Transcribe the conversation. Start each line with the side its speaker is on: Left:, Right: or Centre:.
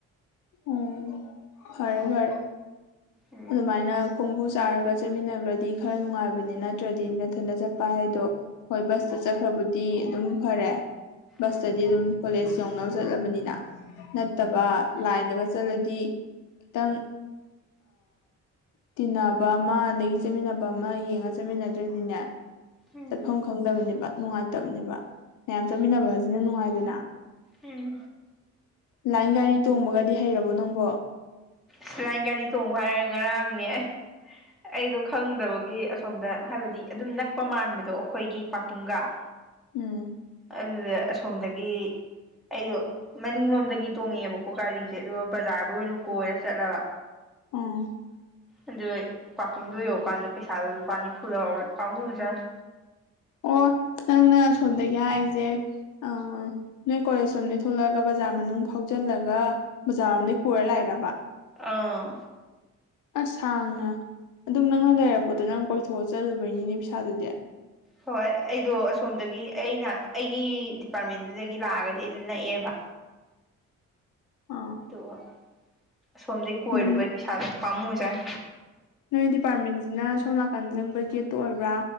Left: ꯎꯝ ꯐꯔꯦ ꯐꯔꯦ
Centre: ꯎꯝ
Left: ꯑꯗꯨꯃꯥꯏꯅ ꯈꯣꯡꯕꯨ ꯆꯥꯔꯒ ꯆꯠꯃꯤꯟꯅꯕꯗꯤ ꯈꯔ ꯅꯨꯡꯉꯥꯏꯕꯅꯤ ꯅꯠꯇ꯭ꯔꯗꯤ ꯃꯊꯗ ꯆꯠꯄ ꯍꯥꯏꯗꯣ ꯍꯣꯏ ꯕꯁꯇ ꯆꯠꯈ꯭ꯔꯕꯨꯗꯤ ꯑꯗꯨꯝ ꯐꯔꯦ ꯕꯁꯇꯗꯤ
Centre: ꯎꯝ
Left: ꯑꯗꯨꯝ ꯀꯣꯂꯦꯖ ꯌꯧꯅꯕ ꯆꯠꯂꯕꯅꯤꯅ ꯅꯠꯇꯕ ꯂꯥꯏꯟꯗꯒ ꯆꯠꯂꯗꯤ ꯈꯤꯇꯪ ꯇꯤꯟꯅꯕ ꯑꯃ ꯑꯗꯒꯤ ꯆꯠꯃꯤꯟꯅꯕ ꯑꯃ ꯌꯦꯡꯉ ꯆꯠꯃꯤꯟꯅꯗ꯭ꯔꯗꯤꯅꯦ
Centre: ꯎꯝ
Left: ꯆꯠꯐꯝ ꯈꯪꯗꯕꯅꯦꯕ ꯅꯨꯡꯉꯥꯏꯇꯕꯅꯦꯕ ꯃꯌꯥꯝ ꯆꯠꯃꯤꯟꯅꯕꯁꯤꯅ ꯅꯨꯡꯉꯥꯏꯗꯅ
Centre: ꯎꯝ
Left: ꯂꯥꯏꯟ ꯒꯥꯔꯤ ꯇꯣꯡꯕꯒꯗꯤ ꯍꯩꯔꯕꯣ ꯅꯪꯕꯣ
Centre: ꯁꯤꯂꯥꯏ ꯒꯥꯔꯤ ꯊꯣꯡꯕ ꯍꯥꯏꯔꯦ ꯉꯔꯥꯡꯅꯦ ꯑꯩꯗꯣ ꯈꯪꯗꯕꯒꯤ ꯑꯁꯣꯝꯗ ꯍꯥꯏꯕꯗꯤ ꯑꯗꯨꯝ ꯅꯛꯄ ꯃꯥꯟꯕꯗꯣ ꯑꯩꯈꯣꯏꯒꯤ ꯄꯥꯔꯀꯤꯡꯒ <unintelligible>
Left: ꯎꯝ
Centre: ꯑꯗꯨꯗ ꯑꯁꯣꯝꯗꯒꯤ ꯑꯩꯗꯣ ꯃꯅꯤꯡꯂꯣꯝꯗꯒꯤ ꯇꯣꯡꯉꯛꯑꯦꯕꯀꯣ ꯒꯥꯔꯤꯁꯦ ꯑꯗꯨꯒ ꯕꯖꯥꯔꯗ ꯑꯣꯏꯅ ꯀꯣꯏꯔ ꯆꯠꯂꯕ
Left: ꯎꯝ
Centre: ꯑꯗꯣ ꯄꯥꯔꯀꯤꯡꯗꯣ ꯌꯧꯔꯀꯥꯟꯗ ꯄꯩꯁꯥꯗꯣ ꯂꯨꯄꯥ ꯅꯤꯐꯨ ꯂꯧꯔꯦ ꯄꯥꯃꯨꯖꯥꯅꯤ
Left: ꯑꯣ ꯅꯪꯅ ꯁꯣꯝꯗꯒꯤ ꯍꯥꯏꯁꯦ ꯑ ꯅꯣꯏ ꯀꯣꯂꯦꯖ ꯂꯣꯝꯗ ꯊꯣꯛꯂꯛꯑꯒ ꯕꯖꯥꯔ ꯃꯅꯨꯡ ꯐꯥꯎꯖꯤꯜꯂꯒ ꯕꯖꯥꯔꯣꯝꯗꯒꯤꯩ ꯀꯣꯏꯔ ꯂꯥꯛꯏꯔꯕ
Centre: ꯑꯥ
Left: ꯑꯁ ꯁꯥꯡꯅ ꯑꯗꯨꯝ ꯅꯪꯅ ꯂꯩꯔꯛꯄꯗꯣ ꯅꯪ ꯀꯣꯏꯊꯣꯛꯑ ꯆꯠꯂꯨꯕꯩꯅꯤꯅꯦ ꯄꯩꯁꯥꯗꯨꯗꯤ
Centre: ꯍꯣꯏ ꯑꯩꯗꯣ ꯑꯁꯣꯝꯗꯒꯤ ꯑꯩꯅ ꯑꯩꯒꯤ ꯗꯤꯄꯥꯔꯠꯃꯦꯟꯗꯨꯗꯒꯤ ꯂꯥꯛꯑꯒꯗꯤ ꯑꯩꯁꯨ ꯅꯛꯑꯦꯕ
Left: ꯑꯥ
Centre: ꯑꯗꯨꯒ ꯑꯁꯣꯝꯗꯒꯤꯩ ꯀꯣꯏꯔꯨꯕꯩ
Left: ꯎꯝ
Centre: ꯄꯩꯁꯥꯗ ꯄꯝꯨ ꯌꯥꯥꯏ
Left: ꯅꯣꯏ ꯗꯤꯄꯥꯔꯠꯃꯦꯟꯁꯤꯅ ꯁꯣꯝ ꯅꯥꯀꯟ ꯆꯪꯕ ꯒꯦꯠꯇ ꯑꯣꯏꯕ꯭ꯔꯥ